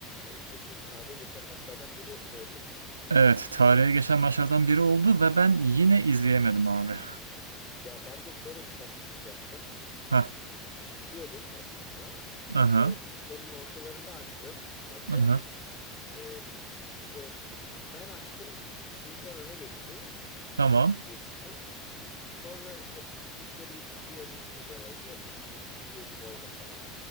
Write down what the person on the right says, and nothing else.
Evet, tarihe geçen maçlardan biri oldu ve ben yine izleyemedim abi.
Ha,
aha,
aha,
tamam.